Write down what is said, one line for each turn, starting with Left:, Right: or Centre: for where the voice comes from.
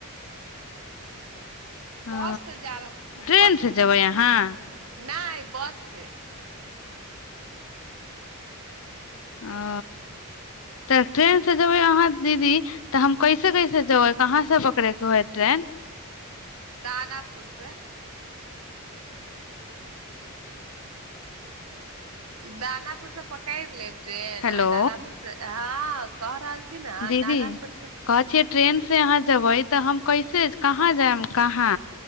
Right: बस
Left: ओ
Right: से जा रह
Left: ट्रेन
Right: बस
Left: से जेबै अहाँ
Right: नहि बस से
Left: ओ तऽ ट्रेन से जेबै अहाँ दीदी तऽ हम कैसे कैसे जेबै कहाँसँ पकड़ैके हइ ट्रेन
Right: दानाापुरसँ दानाापुरसँ पक क लै टन
Left: हेलो
Right: दानापुरत हँ क रहल छी ने
Left: दीदी
Right: दानापुर से
Left: कहै छियै ट्रेन से अहाँ जेबै तऽ हम कैसे कहाँ जायब कहाँ